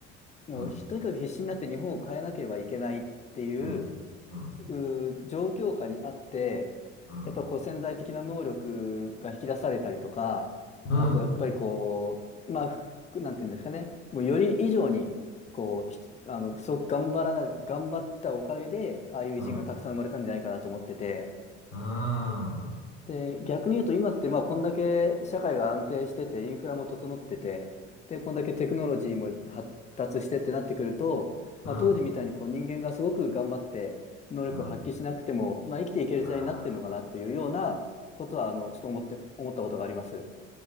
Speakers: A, on the left (about 20°); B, on the left (about 35°).
A: もうとにかく必死になって日本を変えなければいけないっていう
B: うん、うん、うん、
A: うー状況下にあって
B: うん、
A: やっぱこう潜在的な能力が引き出されたりとかあとやっぱりこうまあふなんていうんですかねもうより以上にこうひあのすごく頑張らな頑張ったおかげでああいう偉人がたくさん生まれたんじゃないかなと思ってて。
B: うん、うん、うん、うん、
A: で、逆に言うと今ってまあこんだけ社会が安定しててインフラも整っててでこんだけテクノロジーも発達してってなってくると、
B: うん、
A: まあ、当時みたいにこう人間がすごく頑張って能力を発揮しなくても、
B: うん。
A: まあ、生きていける時代になってるのかなというようなことはあのちょっと思って思ったことがあります。
B: まあ、